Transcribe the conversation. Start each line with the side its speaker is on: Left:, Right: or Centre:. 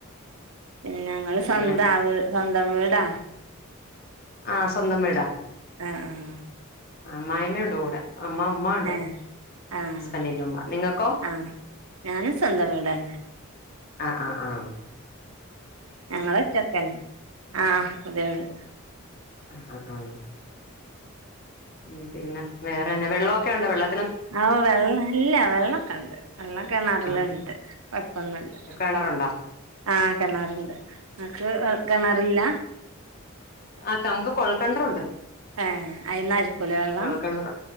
Right: പിന്നെ നിങ്ങള്
Left: പിന്നെ
Right: സ്വന്താ സ്വന്തംവീടാ
Left: ആഹ് സ്വന്തം വീടാ
Right: ആഹ് ആഹ്
Left: അമ്മായമ്മ ഒണ്ട് കൂടെ അമ്മ ഉമ്മ ഒണ്ട്
Right: ആഹ് ഏഹ് ആഹ്
Left: ഹസ്ബൻഡിന്റെ ഉമ്മ നിങ്ങക്കോ
Right: ആഹ് ഞാനും സ്വന്തം വീടന്നെ
Left: ആഹ് ആഹ് ആഹ്
Right: ഞങ്ങളൊറ്റക്കന്നെ ആഹ് പുതിയവിടെ
Left: അഹ് അഹ് ആഹ് ഉം പിന്നെ വേറെന്നെ വെള്ളോക്കെ എണ്ടോ വെള്ള
Right: ആഹ് വെള്ളം ഇല്ല വെള്ളൊക്കെണ്ട് വെള്ളം കിണറിലെണ്ട്
Left: ആ
Right: കൊഴപ്പൊന്നുല്ല.
Left: കിണറുണ്ടോ
Right: ആഹ് കിണറെണ്ട് നിങ്ങക്ക് വെ കിണറില്ല
Left: ആഹ് <unintelligible> കൊൽക്കെണറുണ്ട്
Right: ഏഹ് അയിന്നായിരിക്കൂലേ വെള്ളം
Left: കൊഴൽ കെണറ്